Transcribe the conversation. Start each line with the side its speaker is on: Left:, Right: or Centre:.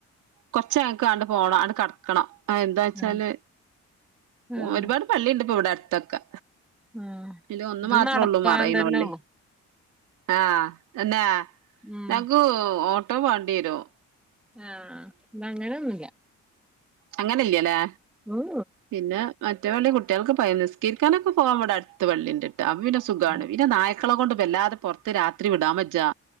Right: കൊച്ചാങ്ങക്ക് <unintelligible> പോണം ആണ്ട് കടക്കണം ആ എന്താച്ചാല്
Centre: ആഹ് ആഹ്
Right: ഒരുപാട് പള്ളിയുണ്ട്പ്പ ഇവിടെ അടുത്തൊക്കെ
Centre: ആഹ്
Right: ഇതൊന്ന്
Centre: ഇത്
Right: മാത്രൊള്ളൂ
Centre: നടക്കാൻ
Right: മറയിന
Centre: തന്നെ
Right: വള്ളി
Centre: ഉള്ളു
Right: ആഹ് തന്നാ
Centre: ഉം
Right: ഞങ്ങ്ക്കു ഓട്ടോ വാണ്ടിരും
Centre: ആഹ് ഇതങ്ങനൊന്നുല്ല
Right: അങ്ങനില്ലേലാ
Centre: ഉം
Right: പിന്നാ മറ്റേ പള്ളി കുട്ട്യൾക്ക് പയ നിസ്കരിക്കാനൊക്കെ പോവാവിടെ അടുത്ത് വള്ളി ഇണ്ട്ട്ടാ അപിന്നെ സുഖാണ്
Centre: ഉം
Right: പിന്ന നാ- നായ് ക്കളെ കൊണ്ട് വല്ലാതെ പൊറത്ത് രാത്രി വിടാൻ വെജാ